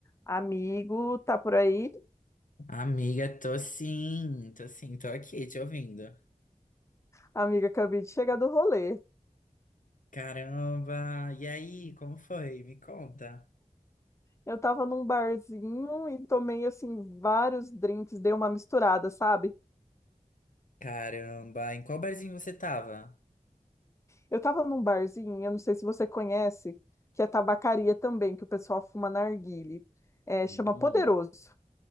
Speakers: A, on the left (about 20°); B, on the left (about 70°).
A: Amigo, tá por aí?
B: Amiga, tô sim, tô sim, tô aqui te ouvindo.
A: Amiga, acabei de chegar do rolê.
B: Caramba, e aí, como foi? Me conta.
A: Eu tava num barzinho e tomei, assim, vários drinks, dei uma misturada, sabe?
B: Caramba, em qual barzinho você tava?
A: Eu tava num barzinho, eu não sei se você conhece, que é tabacaria também, que o pessoal fuma narguile. É,
B: Hum,
A: chama Poderoso.